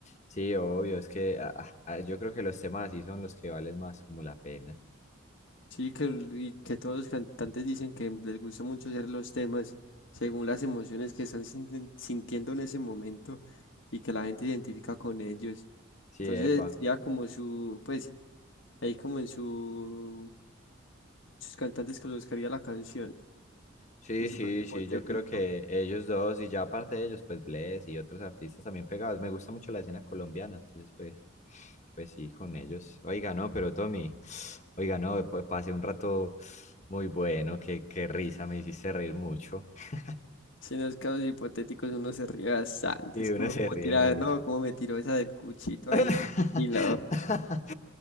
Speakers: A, on the left (about 35°); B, on the left (about 70°).
A: sí, obvio, es que ah, ah, yo creo que los temas así son los que valen más como la pena.
B: Sí, que, el- y que todos los cantantes dicen que les gusta mucho hacer los temas según las emociones que están sinti- sintiendo en ese momento y que la gente identifica con ellos.
A: Sí,
B: Entonces
A: epa.
B: sería como su, pues, ahí como en su, sus cantantes con los que haría la canción,
A: Sí,
B: en su
A: sí,
B: caso hipotético.
A: sí, yo creo que ellos dos y ya aparte de ellos, pues Bless y otros artistas también pegados. Me gusta mucho la escena colombiana, entonces pues, pues sí, con ellos. Oiga, no, pero Tommy, <sighs> oiga, no, pa- pasé un rato muy bueno, qué, qué risa, me hiciste reír mucho. <laughs>
B: Si en los casos hipotéticos uno se ríe bastante,
A: Y
B: es
A: uno
B: que uno
A: se
B: como
A: ríe
B: tira,
A: mucho.
B: no, como me tiró esa del cuchito ahí,
A: <laughs>
B: y lo,